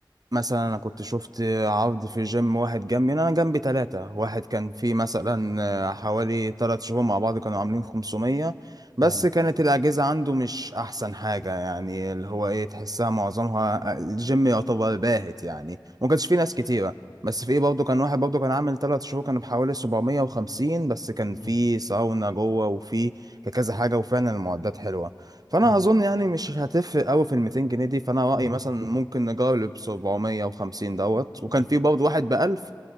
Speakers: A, on the right; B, on the left.
A: مثلا انا كنت شفت عرض في جيم واحد جنبي انا جنبي ثلاثة واحد كان فيه مثلا آه، حوالي ثلاث شهور مع بعض كانوا عاملين 500 بس
B: نعم.
A: كانت الاجهزة عنده مش احسن حاجة يعني اللي هو ايه تحسها معظمها الجيم يعتبر باهت يعني ما كانش فيه ناس كتيرة بس في ايه برضه كان واحد برضه كان عامل ثلاث شهور كان بحوالي 750 بس كان
B: مم.
A: فيه ساونا جوه وفيه كذا حاجة وفعلا المعدات حلوة فانا
B: مم.
A: اظن يعني مش هتفرق قوي في ال 200 جنيه دي فانا رايي مثلا ممكن نجرب 750 دوت وكان
B: مم.
A: في برضه واحد ب 1000